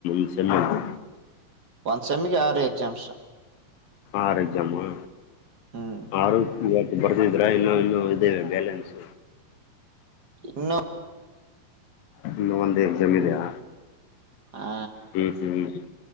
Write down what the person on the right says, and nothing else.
ಒಂದ್ ಸೆಮಗೆ ಯಾರ ಎಕ್ಸಾಮ್ಸ್
ಹ್ಮ್
ಇನ್ನು
ಹಾ